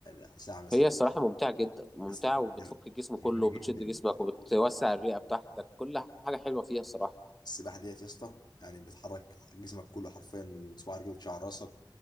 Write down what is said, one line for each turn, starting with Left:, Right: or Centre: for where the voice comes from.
Left: آه، ساعه مثلا
Centre: هي الصراحه ممتعه جدا ممتعه
Left: بس لا
Centre: وبتفك
Left: جامد
Centre: الجسم كله
Left: جدا
Centre: وبتشد جسمك وبتوسع الرئه بتاعتك كل حاجه حلوه فيها الصراحه
Left: السباحه ديت يا اسطى يعني بتحرك جسمك كله حرفيا من صباع رجلك شعر راسك